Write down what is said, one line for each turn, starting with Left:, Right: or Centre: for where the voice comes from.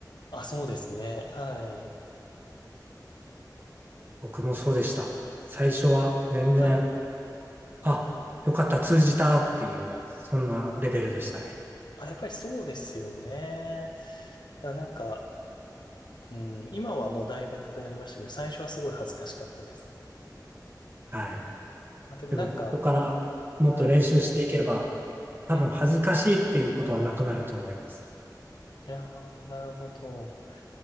Left: あ、そうですね。はい。
Right: 僕もそうでした。最初は全然、
Left: や、はい。
Right: あ、よかった、通じたっていう、そんなレベルでしたね。
Left: あ、やっぱりそうですよね。だからなんか、うん、今はもうだいぶなくなりましたけど、最初はすごい恥ずかしかったです。
Right: はい。
Left: まあ、でもなんか、
Right: でも、ここからもっと練習していけば、
Left: はい。
Right: 多分恥ずかしいっていうことはなくなると思います。
Left: ええ。いやー、なるほど。